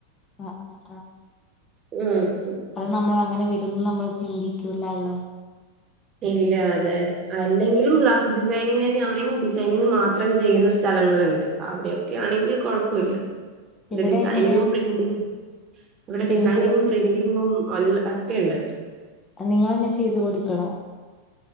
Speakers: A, on the left (about 20°); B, on the right (about 30°).
A: ആഹ് ആഹ് ആഹ്
B: ഉം
A: അത് നമ്മൾ അങ്ങനെ വരും ന്ന് നമ്മൾ ചിന്തിക്കൂലല്ലോ
B: ഇല്ല അതെ അല്ലെങ്കിലും ഗ്രാഫിക് ഡിസൈനിങനാണയ് ഡിസൈനിങ് മാത്രം ചെയ്യുന്ന സ്ഥലങ്ങളുണ്ട് അവിടെയൊക്കെ ആണെങ്കിൽ കൊഴപ്പൊല്ല
A: ഇവിടെ
B: ഡിസൈനിങ്ങും
A: ഇങ്ങനെ
B: പ്രിന്റി അവരുടെ
A: പ്രിന്റ്
B: ഡിസൈനിങ്ങും പ്രിന്റിങ്ങും ഒൽ ഒക്കെയുണ്ട്
A: നിങ്ങന്നെ ചെയ്തു കൊടുക്കണൊ